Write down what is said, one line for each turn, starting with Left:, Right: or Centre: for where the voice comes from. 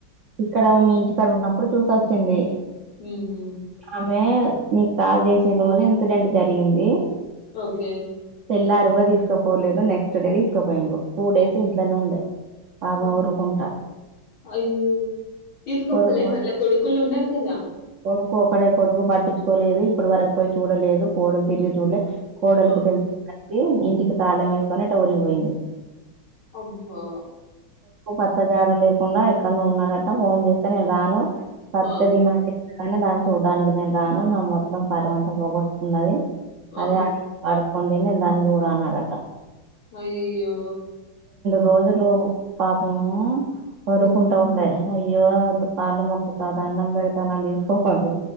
Right: ఇక్కడ ఉన్న మీ ఇంటికడ ఉన్నప్పుడు చూసోచ్చింది
Left: ఉహు
Right: ఆమె నీకు కాల్ చేసిన రోజు ఇన్సిడెంట్ జరిగింది
Left: ఓకే
Right: తెల్లారీ కూడా తీసుకపోలేదు నెక్స్ట్డే తీసుకపోయిండు టూ డేస్ ఇంట్లనే ఉండే పాపం
Left: అబ్బా
Right: ఊరుకుం
Left: అయ్యో తీసుకుపోలే
Right: కొడుకు
Left: వాళ్ళా కొడుకులు ఉన్నారు కదా
Right: ఒక్క ఒక్కడే కొడుకు పట్టిచ్చుకోలేదు ఇప్పటి వరకు పోయి చూడలేదు కోడలు తిరిగి చూడలే కోడలకు
Left: ఆ
Right: తెలిసు ఇంటికి తాళం వేసుకొని ఎటో ఊరికిపోయింది.
Left: అబ్బా
Right: పత్త జాడ లేకుండా ఎక్కడనో ఉన్నాడట ఫోన్ చేస్తే నేను రాను సత్తాది
Left: ఆ
Right: <unintelligible> దాన్ని చూడ్డానికి నేను రాను నా మొత్తం పర్వంత పోగొట్టుకున్నది
Left: ఆ
Right: అదే పడుక్కుంది నేను దాన్నీ చూడ ఆన్నాడట
Left: అయ్యో
Right: రోతులు పాపము వోర్రు
Left: హ్మ్
Right: కుంటా ఉండే అయ్యో కాళ్ళు మొక్కుత దండం బెడతా నన్ను తీస్కపోండ్రి